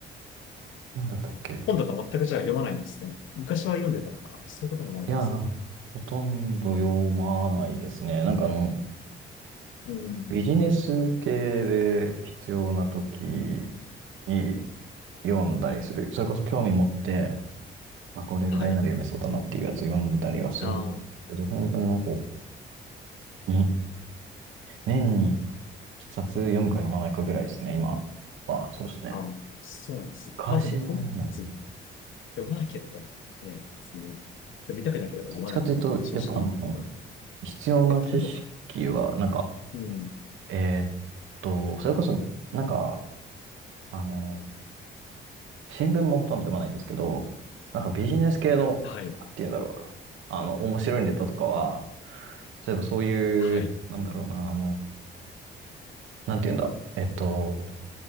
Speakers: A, on the right (about 80°); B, on the left (about 80°).
A: なんだったっけ
B: 本とか全くじゃあ読まないんですね。昔は読んでたとか、そういうこともないんですか
A: いやー、ほとんど読まないですね。なんかあの、
B: うん。
A: ビジネス系で必要な時に読んだりする。それこそ興味持って、あ、これぐらいなら読めそうだなっていうやつ読んだりはするんですけど、
B: はい。あー
A: 本当になんか、に、年一冊読むか読まないかぐらいですね、今は。そうですね。
B: あー、そうなんですね。
A: 昔はでも、
B: まあでも本もずっと読まなければね、別に見たくなければ読まないのが正直僕は。
A: どっちかというと、やっぱあの、必要な知識は、
B: え、ともが、
A: なんか、
B: うん。
A: えーっと、それこそ、なんか、あの、新聞もほとんど読まないんですけど、なんかビジネス系の、
B: はい。
A: なんていうんだろうな、あの、面白いネタとかは、例えばそういう、
B: はい。
A: なんだろうな、あの、なんていうんだ、えっと、